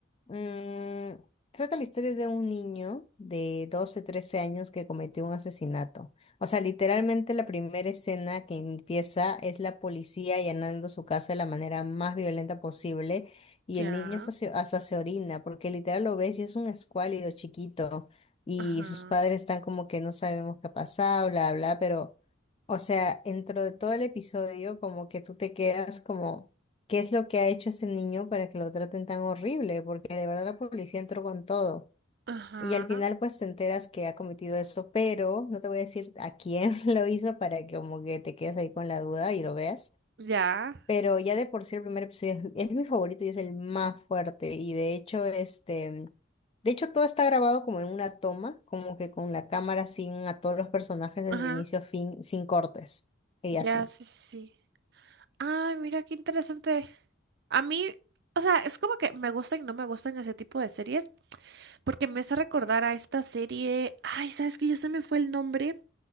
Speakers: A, on the left; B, on the right.
A: mm, trata la historia de un niño de 12, 13 años que cometió un asesinato. O sea, literalmente la primera escena que empieza es la policía allanando su casa de la manera más violenta posible y
B: Ya.
A: el niño hasta se, hasta se orina porque literal lo ves y es un escuálido chiquito y
B: Ajá.
A: sus padres están como que no sabemos qué ha pasado, bla, bla, pero, o sea, dentro de todo el episodio, como que tú te quedas como, ¿qué es lo que ha hecho ese niño para que lo traten tan horrible? Porque de verdad la policía entró con todo.
B: Ajá.
A: Y al final pues te enteras que ha cometido eso, pero no te voy a decir a quién <laughs> lo hizo para que como que te quedes ahí con la duda y lo veas.
B: Ya.
A: Pero ya de por sí el primer episodio es, es mi favorito y es el más fuerte. Y de hecho, este, de hecho todo está grabado como en una toma, como que con la cámara sin a todos los personajes desde
B: Ajá.
A: inicio a fin, sin cortes. Y
B: Ya,
A: así.
B: sí, sí, sí. Ay, mira qué interesante. A mí, o sea, es como que me gustan y no me gustan ese tipo de series, porque me hace recordar a esta serie. Ay, ¿sabes que Ya se me fue el nombre,